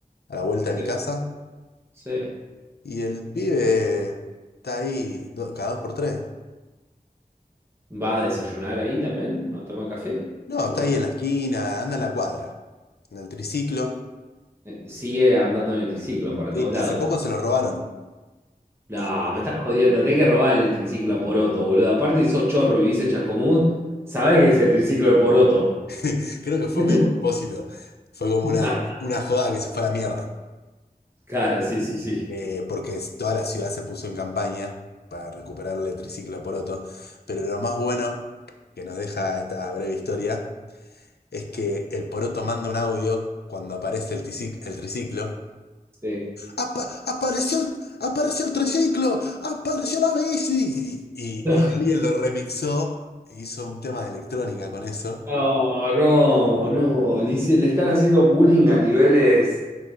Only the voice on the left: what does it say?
a la vuelta
de mi casa.
Y el pibe está ahí do- cada dos por tres.
No,
está
ahí en la esquina, anda en la cuadra, en el triciclo.
Sí,
hace poco se lo robaron.
Y,
y
<laughs> creo que fue
medio a propósito. Fue como
una, una joda que se fue a la mierda.
Eh, porque es- toda la ciudad se puso en campaña para recuperarle el triciclo a Poroto. Pero lo más bueno que nos deja esta breve historia es que el Poroto manda un audio cuando aparece el, tisic- el triciclo
Apa- apareció el, apareció el triciclo, apareció la bici. Y, y-
y alguien lo remixó e hizo un tema de electrónica con eso.